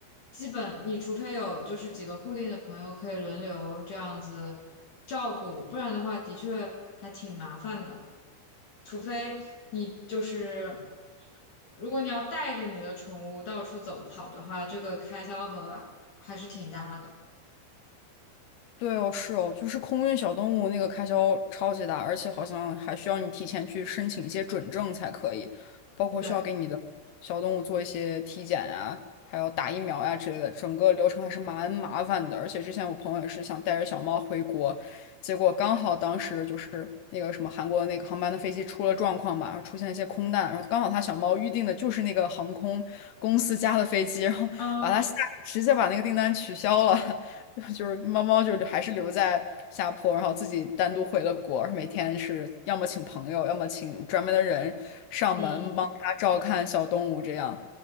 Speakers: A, on the left; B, on the left.
A: 基本你除非有就是几个固定的朋友可以轮流这样子照顾，不然的话的确还挺麻烦的。除非你就是，如果你要带着你的宠物到处走跑的话，这个开销和还是挺大的。
B: 对哦，是哦，就是空运小动物那个开销超级大，而且好像还需要你提前去申请一些准证才可以，包括需要给你的小动物做一些体检啊，
A: 对，
B: 还有打疫苗呀、之类的，整个流程还是蛮麻烦的。而且之前我朋友也是想带着小猫回国，结果刚好当时就是那个什么韩国那个航班的飞机出了状况嘛，出现一些空难，然后刚好他小猫预定的就是那个航空公司家的飞机，然后把他吓，
A: 嗯
B: 直接把那个订单取消了。<laughs> <laughs> 就是猫猫就是还是留在下坡，然后自己单独回了国，每天是要么请朋友，要么请专门的人上门帮它照看小动物，
A: 嗯。
B: 这样